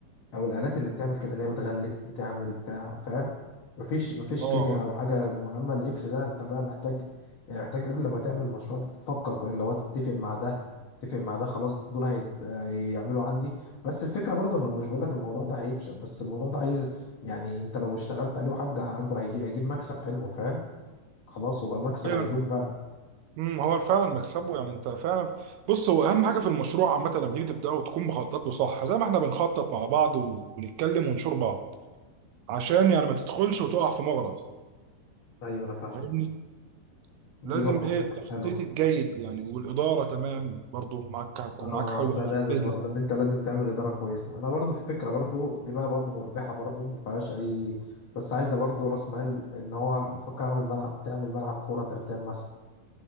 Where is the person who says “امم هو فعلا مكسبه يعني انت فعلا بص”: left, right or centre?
Right